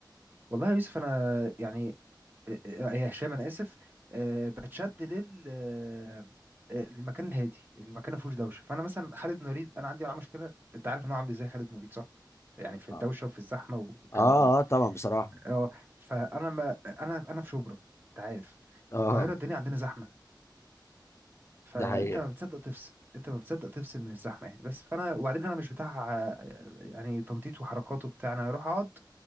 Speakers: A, on the right; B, on the left.
A: والله يا يوسف انا يعني يا هشام انا اسف آه، بتشد لل آه، آه، للمكان الهادي المكان ما فيهوش دوشه فانا مثلا خالد نوليد انا عندي معاه مشكله انت عارف ان هو عامل ازاي خالد نوليد صح يعني في الدوشه
B: اه
A: وفي الزحمه والكلام
B: اه,
A: ده
B: آه طبعا بصراحه
A: اه فانا ما انا انا في شبرا انت عارف
B: اه
A: في القاهره الدنيا عندنا زحمه فانت
B: ده حقيقه
A: ما بتصدق تفصل انت ما بتصدق تفصل من الزحمه يعني بس فانا وبعدين انا مش بتاع آه، يعني تنطيط وحركات وبتاع انا اروح اقعد